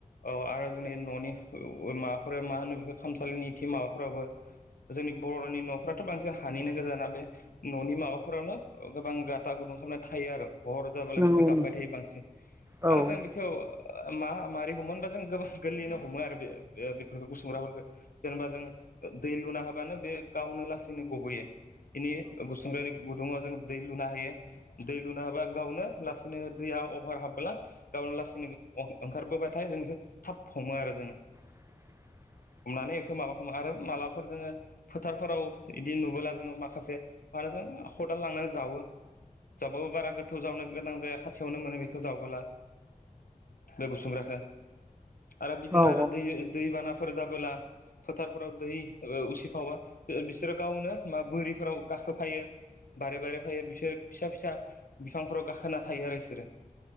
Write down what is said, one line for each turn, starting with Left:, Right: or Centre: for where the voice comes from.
Left: औ आरो जोंनि न'नि माबाफोर मा होनो बेखौ खामसालिनि टिमाव फोराबो जोंनि बर'नि न'फ्राथ' बांसिन हानिनो गोजाना बे न'नि माबाफोरावनो गोबां गाता गुदुं खामनानै थायो आरो हर जाबायलाय
Right: नंगौ
Left: बिसोरो
Right: नंगौ
Left: गाबबाय थायो बांसिन
Right: औ
Left: आरो
Right: औ
Left: जों बे बेयखौ मा माबारै हमोनबा जों गोबां गोरलैनो हमो आरो बे बेफोरखौ गुसुंग्राफोरखौ जेनेबा जोंङो दै लुना हाबानो बे गावनो लासैनो गब'यो बेनि गुसुंग्रानि गुदुङाव जोंङो दै लुना हायो दै लुना होबा गावनो लासैनो दैया अभार हाबला गाबोन लासैनो ओंखारबोबायथाय जों बेखौ थाब हमो आरो जोंङो
Right: <inaudible>
Left: हमनानै इखो माबा खालामो आरो मालाफोर जोंङो फोथारफोराव इदि नुबोला जोंङो माखासे मानो जों खदाल लांनानै जावो जावबाबो बारा गोथौ जावनो गोनां जाया खाथियावनो मोनो बेखौ जावबोला बे गुसुंग्राखौव आरो बिदिनो
Right: औ
Left: आरो दै दैबानाफोर जाबोला फोथारफोराव दै उसिफावा बिसोरो गावनो मा बोरिफोराव गाखोफायो बारे बारे फायो बिसोरो फिसा फिसा बिफांफोराव गाखोना थायो आरो बिसोरो